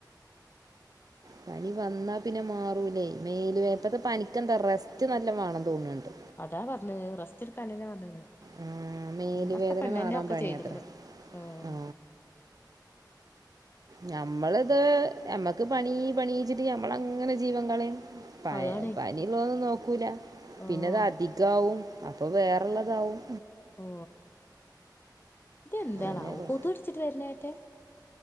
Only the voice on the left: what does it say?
അതാ പറഞ്ഞ് റസ്റ്റ് എടുക്കാനന്നെ വന്നണ്
ഉം അക്കെ
പെണ്ണന്നെ
ഒക്കെ
ചെയ്ത്ക്ക്ണ് ആഹ്
അതാണ്
ആഹ്
ഓ ഇതെന്താണാവൊ
കൊതു കടിച്ചിട്ട് വരുന്നായിട്ടെ